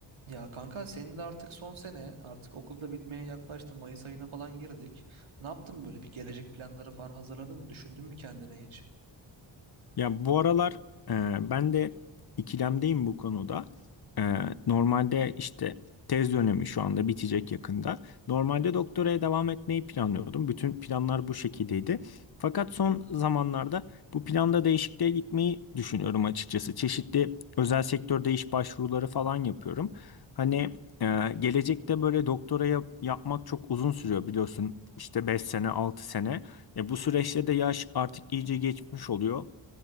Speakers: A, on the right (about 80°); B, on the left (about 50°).
A: Ya kanka senin de artık son sene artık okulda bitmeye yaklaştı. Mayıs ayına falan girdik. Ne yaptın böyle bir gelecek planları falan hazırladın mı? Düşündün mü kendine hiç?
B: Ya bu aralar e, ben de ikilemdeyim bu konuda. E, normalde işte tez dönemi şu anda bitecek yakında. Normalde doktoraya devam etmeyi planlıyordum. Bütün planlar bu şekildeydi. Fakat son zamanlarda bu planda değişikliğe gitmeyi düşünüyorum açıkçası. Çeşitli özel sektörde iş başvuruları falan yapıyorum. Hani e, gelecekte böyle doktoraya yapmak çok uzun sürüyor biliyorsun. İşte 5 sene, 6 sene. E, bu süreçte de yaş artık iyice geçmiş oluyor.